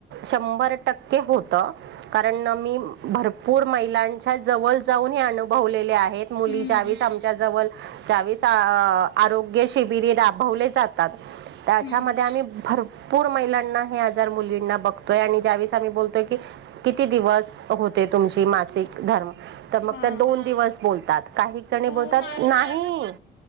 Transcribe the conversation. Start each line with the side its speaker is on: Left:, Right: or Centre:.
Right: शंभर टक्के होतं कारण मी भरपूर महिलांच्या जवळ जाऊन अनुभवलेले आहेत मुली
Left: हं,
Right: ज्यावेळीस आमच्या जवळ त्यावेळीस आरोग्य शिबिरी राबवले जातात. त्याच्यामध्ये
Left: हं,
Right: आम्ही भर पूर महिलांना हे आजार मुलींना बघतोय आणि ज्यावेळेस आम्ही बोलतोय की किती दिवस होत तुमची मासिक धर्म तर मग
Left: हां,
Right: त्या दोन दिवस बोलतात काही जणी
Left: हो,
Right: बोलतात
Left: माझं
Right: नाही
Left: पण